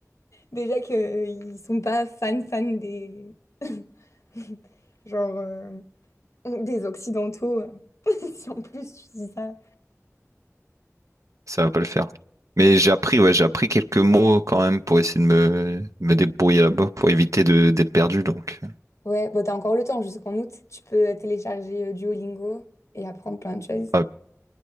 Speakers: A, on the left; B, on the right.
A: Déjà que euh, ils sont pas fans fans des <laughs> genre euh, des Occidentaux. euh, <laughs> si en plus tu dis ça.
B: Ça va pas le faire. Mais j'ai appris, ouais, j'ai appris quelques mots quand même pour essayer de me, me débrouiller là-bas, pour éviter de d'être perdu, donc.
A: Ouais, bah t'as encore le temps jusqu'en août. Tu peux télécharger euh, Duolingo et apprendre plein de choses.
B: Ouais,